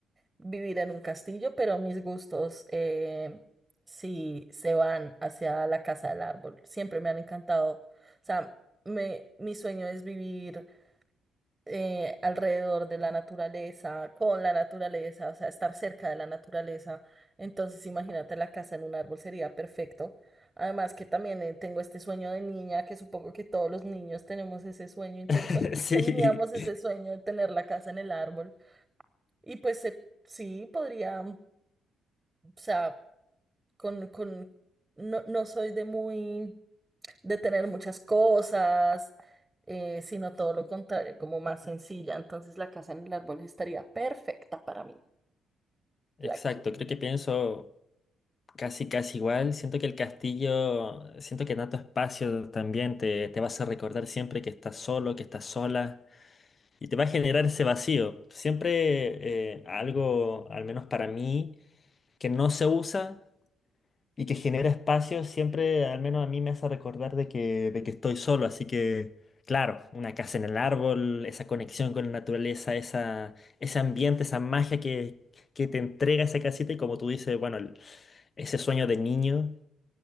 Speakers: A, on the right; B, on the left.
A: vivir en un castillo, pero mis gustos eh, sí se van hacia la casa del árbol. Siempre me han encantado. O sea, me, mi sueño es vivir eh, alrededor de la naturaleza, con la naturaleza, o sea, estar cerca de la naturaleza. Entonces, imagínate la casa en un árbol sería perfecto. Además que también eh, tengo este sueño de niña, que supongo que todos los niños tenemos ese sueño interior.
B: <laughs>
A: <laughs>
B: Sí,
A: Teníamos ese sueño de tener la casa en el árbol. Y pues se Sí, podría. O sea, con, con, no, no soy de muy, de tener muchas cosas, eh, sino todo lo contrario, como más sencilla. Entonces la casa en el árbol estaría perfecta para mí.
B: exacto.
A: La qui-
B: Creo que pienso. Casi, casi igual. Siento que el castillo, siento que Nato Espacio también te, te vas a recordar siempre que estás solo, que estás sola, y te va a generar ese vacío. Siempre eh, algo, al menos para mí, que no se usa y que genera espacio, siempre, al menos a mí me hace recordar de que, de que estoy solo. Así que, claro, una casa en el árbol, esa conexión con la naturaleza, esa, ese ambiente, esa magia que, que te entrega esa casita y como tú dices, bueno... Ese sueño de niño,